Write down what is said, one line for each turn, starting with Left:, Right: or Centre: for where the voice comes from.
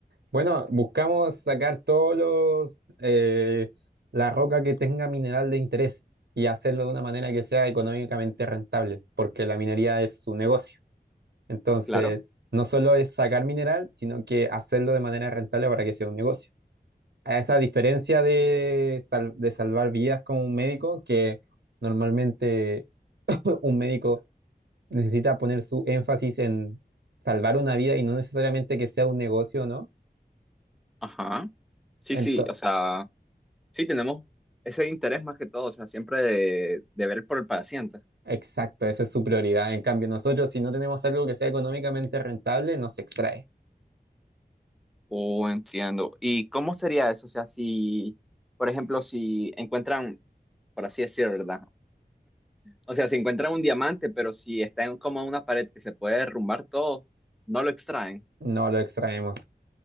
Right: bueno, buscamos sacar todos los, eh, la roca que tenga mineral de interés y hacerlo de una manera que sea económicamente rentable, porque la minería es su negocio. Entonces,
Centre: Claro.
Right: no solo es sacar mineral, sino que hacerlo de manera rentable para que sea un negocio. A esa diferencia de, sal- de salvar vidas como un médico, que normalmente <laughs> un médico necesita poner su énfasis en salvar una vida y no necesariamente que sea un negocio, ¿no?
Centre: Ajá. Sí,
Right: Entonces,
Centre: sí, o sea, sí tenemos ese interés más que todo, o sea, siempre de, de ver por el paciente.
Right: exacto, esa es su prioridad. En cambio, nosotros si no tenemos algo que sea económicamente rentable, no se extrae.
Centre: Oh, entiendo. ¿Y cómo sería eso? O sea, si, por ejemplo, si encuentran, por así decir, ¿verdad? O sea, si encuentran un diamante, pero si está en como una pared que se puede derrumbar todo, no lo extraen.
Right: No lo extraemos.